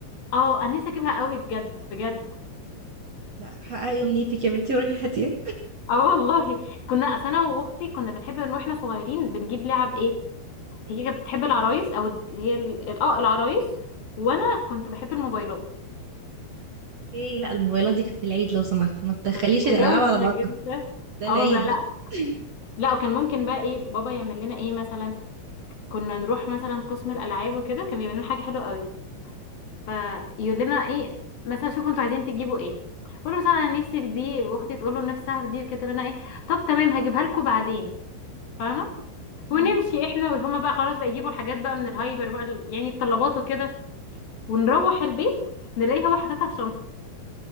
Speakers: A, on the left (about 55°); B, on the right (about 50°).
A: اه انا نفسي اجيبها قوي بجد بجد
B: لا حققي امنيتك يا بنتي روحي هاتيها
A: اه والله كنا اصل انا واختي كنا بنحب ان واحنا صغيرين بنجيب لعب ايه هي كانت بتحب العرايس او ال- اللي هي ال- ال- اه العرايس وانا كنت بحب الموبايلات
B: ايه لا الموبايلات دي كانت في العيد لو سمحت ما تدخليش
A: كنت
B: الالعاب
A: روشه
B: على بعضها
A: جدا
B: ده العيد
A: اه والله لا
B: ده <laughs>
A: لا وكان ممكن بقى ايه بابا يعمل لنا ايه مثلا كنا نروح مثلا قسم الالعاب وكده كان بيعمل لنا حاجه حلوه قوي فيقول لنا ايه مثلا شوفوا انتوا عايزين تجيبوا ايه قولوا مثلا انا نفسي في دي واختي تقول له نفسها في دي وكده تقول لنا ايه طب تمام هجيبها لكم بعدين فاهمه
B: مم.
A: ونمشي احنا وهما بقى خلاص بقى يجيبوا الحاجات بقى من الهايبر بقى ال- يعني الطلبات وكده ونروح البيت نلاقيه هو حاططها في شنطه